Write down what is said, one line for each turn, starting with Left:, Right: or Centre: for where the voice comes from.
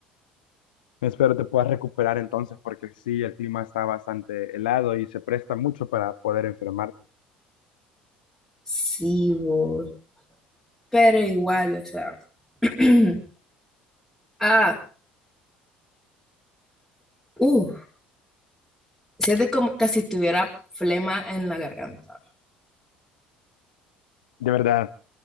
Left: Espero te puedas recuperar entonces, porque sí, el clima está bastante helado y se presta mucho para poder enfermarte.
Centre: Sí, vos. Pero igual, o sea. <clears throat> ah, uh, siento como que si tuviera flema en la garganta.
Left: De verdad.